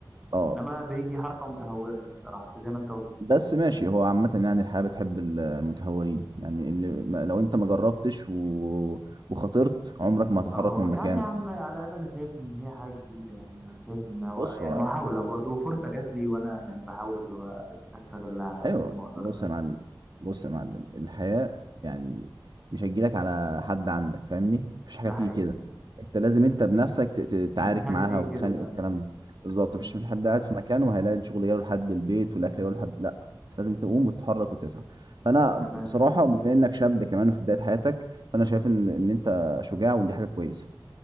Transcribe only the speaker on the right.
اه
فبس ماشي هو عامة يعني الحياة بتحب المتهورين يعني اللي ما- لو انت ما جربتش و... وخاطرت عمرك ما هتتحرك
من مكانك
بص
هو
ايوه
بص
يا معلم بص يا معلم الحياه يعني مش هتجيلك على حد عندك فاهمني مفيش حاجه
تيجي
كده انت لازم انت بنفسك ت- ت-
تعارك
معاها
وتخانق
والكلام ده بالظبط
مفيش مفيش حد قاعد في مكانه وهيلاقي الشغل جاي لحد البيت والاكل جاي لحد لا انت لازم تقوم وتتحرك وتسعى فانا
بصراحه بما انك شاب كمان وفي بدايه حياتك فانا شايف ان ان انت شجاع ودي حاجه كويسه